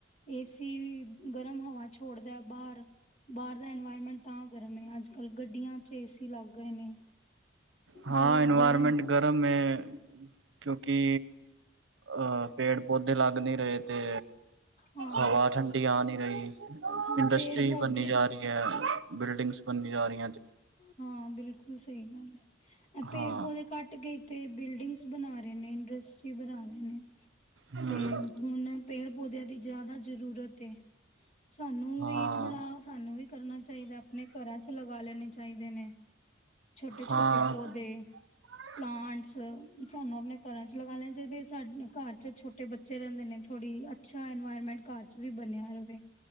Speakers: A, on the left; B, on the right.
A: ਏਸੀ ਵੀ ਗਰਮ ਹਵਾ ਛੋੜਦਾ ਬਾਹਰ ਬਾਹਰ ਦਾ ਇਨਵਾਇਰਮੈਂਟ ਤਾ ਗਰਮ ਏ, ਅੱਜ-ਕੱਲ ਗੱਡੀਆਂ 'ਚ ਏਸੀ ਲੱਗ ਗਏ ਨੇ
B: ਹਾਂ,
A: ਫੇਰ ਉਹ
B: ਇਨਵਾਇਰਮੈਂਟ
A: ਗਰਮ
B: ਗਰਮ ਏ ਕਿਉਂਕਿ, ਅਹ ਪੇੜ, ਪੌਦੇ ਲੱਗ ਨੀ ਰ‌ਏ ਤੇ
A: ਹਾਂ
B: ਹਵਾ ਠੰਡੀ ਆ ਨੀ ਰਹੀ,
A: ਹਾਂ
B: ਇੰਡਸਟਰੀਜ
A: ਪੇੜ ਪੌਦੇ
B: ਬਣਨੀ ਜਾ ਰਹੀ ਕੇ ਅਹ, ਬਿਲਡਿੰਗਸ ਬਨਦੀ ਜਾ ਰਹੀ
A: ਹਾਂ, ਬਿਲਕੁਲ ਸਹੀ ਗੱਲ ਐ ਪੇੜ,
B: ਹਾਂ
A: ਪੌਦੇ ਕੱਟ ਕੇ ਏਥੇ ਬਿਲਡਿੰਗਸ ਬਨਾ ਰੇ ਨੇ, ਇੰਡਸਟਰੀ ਬਣਾ ਰੇ ਨੇ
B: ਹਮ
A: ਤੇ ਹੁਣ ਪੇੜ, ਪੌਦਿਆਂ ਦੀ ਜ਼ਾਦਾ ਜ਼ਰੂਰਤ ਏ, ਸਾਨੂੰ
B: ਹਾਂ
A: ਵੀ ਥੋੜਾ ਤ੍ਹ‌ਾਨੂੰ ਵੀ ਕਰਨਾ ਚਾਈਦਾ, ਆਪਣੇ ਘਰਾਂ ਚ ਲਗਾ ਲੈਣੇ ਚਾਈਦੇ ਨੇ ਛੋਟੇ-ਛੋਟੇ
B: ਹਾਂ
A: ਪੌਦੇ
B: ਹਮ
A: ਪਲਾਂਟਸ ਸਾਨੂੰ ਆਪਣੇ ਘਰਾਂ 'ਚ ਲਗਾ ਲੈਨੇ ਚਾਈਦੇ ਐ, ਸਾਡੇ ਘਰ 'ਚ ਛੋਟ ਟੇ ਬੱਚੇ ਰੈਂਦੇ ਨੇ, ਥੋੜ੍ਹੀ ਅੱਛਾ ਇਨਵਾਇਰਮੈਂਟ ਘਰ 'ਚ ਵੀ ਬਨਿਆ ਰਵੇ